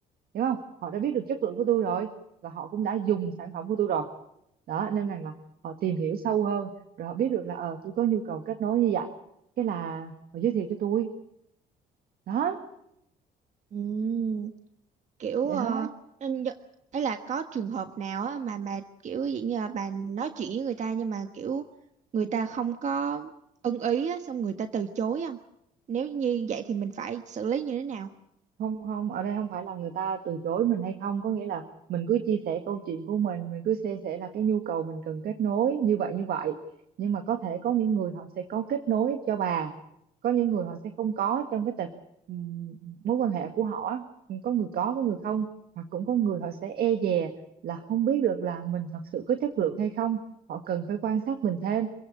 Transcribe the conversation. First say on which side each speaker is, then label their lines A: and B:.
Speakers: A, on the right (about 60°); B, on the right (about 45°).
A: hiểu không họ đã biết được chất lượng của tôi rồi và họ cũng đã dùng sản phẩm của tôi rồi đó nên rằng là họ tìm hiểu sâu hơn rồi họ biết được là ờ tôi có nhu cầu kết nối như vậy cái là họ giới thiệu cho tôi đó
B: Ừm, kiểu
A: vậy
B: ờ,
A: thôi
B: nên đ- ấy là có trường hợp nào á mà mà kiểu dạng như là bà nói chuyện với người ta nhưng mà kiểu người ta không có ưng ý á xong người ta từ chối không? Nếu như vậy thì mình phải xử lý như thế nào?
A: không không ở đây không phải là người ta từ chối mình hay không có nghĩa là mình cứ chia sẻ câu chuyện của mình mình cứ chia sẻ là cái nhu cầu mình cần kết nối như vậy như vậy nhưng mà có thể có những người họ sẽ có kết nối cho bà có những người họ sẽ không có trong cái tập ừm, mối quan hệ của họ á. có người có có người không hoặc cũng có người họ sẽ e dè là không biết được là mình thật sự có chất lượng hay không họ cần phải quan sát mình thêm